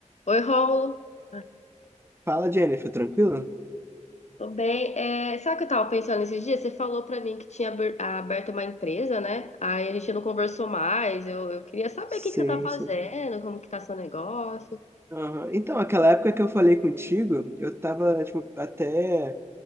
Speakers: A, on the left; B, on the right.
A: Oi, Rômulo. Ai,
B: Fala, Jennifer, tranquilo?
A: Tô bem. É, sabe o que eu tava pensando esses dias? Você falou pra mim que tinha aber- aberto uma empresa, né? Aí a gente não conversou mais. Eu, eu queria saber
B: Sim,
A: o que que você tá fazendo,
B: sim.
A: como que tá seu negócio.
B: Aham. Então, aquela época que eu falei contigo, eu tava, tipo, até